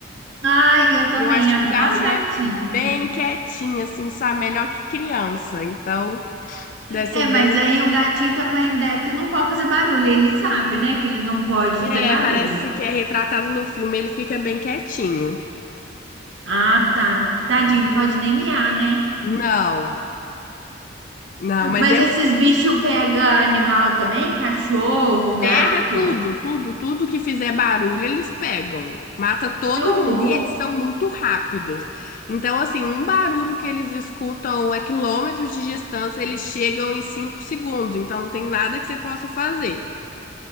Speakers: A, on the right (about 70°); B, on the left (about 45°).
A: Ai, eu também
B: E eu acho
A: adoro
B: que o gatinho
A: gatinho.
B: é bem quietinho, assim, sabe? Melhor que criança. Então, deve
A: É,
B: ser bem.
A: mas aí o gatinho também deve que não pode fazer barulho. Ele sabe, né, que ele não pode fazer
B: É,
A: barulho.
B: parece que é retratado no filme, ele fica bem quietinho.
A: Ah, tá. Tadinho, não pode nem miar, né?
B: Não, não, mas
A: Mas
B: é
A: esses bichos pegam animal também? Cachorro, gato?
B: pega tudo, tudo, tudo que fizer barulho, eles pegam. Mata todo
A: Que horror.
B: mundo e eles são muito rápidos. Então, assim, um barulho que eles escutam a quilômetros de distância, eles chegam em cinco segundos. Então, não tem nada que você possa fazer.